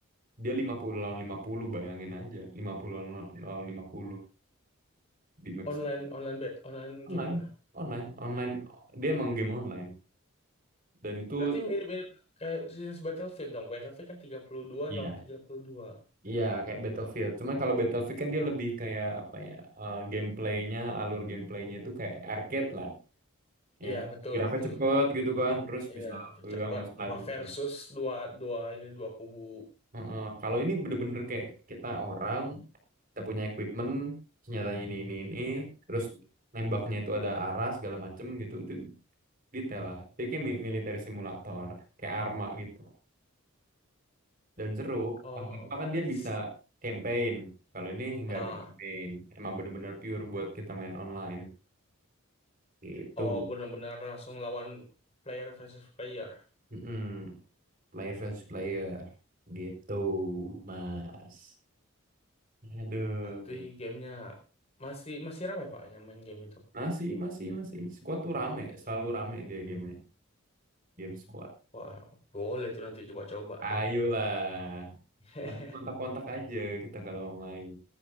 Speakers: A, on the right (about 40°); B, on the left (about 30°).
A: Dia 50 lawan 50 bayangin aja. lima puluh lawan lawan 50 di maps
B: Online online bet, online
A: online,
B: game kah?
A: online, online. Dia emang game online dan itu
B: Berarti mirip-mirip kayak sejenis Battlefield dong. Battlefield kan 32
A: Iya.
B: lawan 32.
A: Iya, kayak Battlefield. Cuman kalau Battlefield kan dia lebih kayak apa ya? eh, gameplaynya, alur gameplaynya itu kayak arcade lah. Ya,
B: Iya, betul,
A: geraknya
B: betul.
A: cepet gitu kan, terus
B: Iya,
A: bisa
B: cepat
A: ya nge-slide
B: cuma
A: nge-slide.
B: versus dua dua ini dua kubu.
A: Heeh. Kalau ini bener-bener kayak kita orang, kita punya equipment, senjatanya ini ini ini, terus nembaknya itu ada arah segala macem gitu. Itu detail lah. Jadi kayak mi- military simulator, kayak Arma gitu. dan seru.
B: Oh,
A: Apa kan
B: nice.
A: dia bisa campaign. Kalau ini nggak
B: Ah,
A: ada campaign. Emang bener-bener pure buat kita main online. Gitu.
B: oh benar-benar langsung lawan player versus player.
A: Mm-mm. Player versus player. Gitu, Mas. Aduh.
B: Berarti gamenya masih masih ramai Pak yang main game itu.
A: Masih, masih, masih. Squad tuh rame. Selalu rame dia gamenya. Game squad.
B: Wah, boleh tuh nanti coba-coba
A: Ayolah.
B: tuh. <laughs>
A: Nanti kontak-kontak aja kita kalau mau main.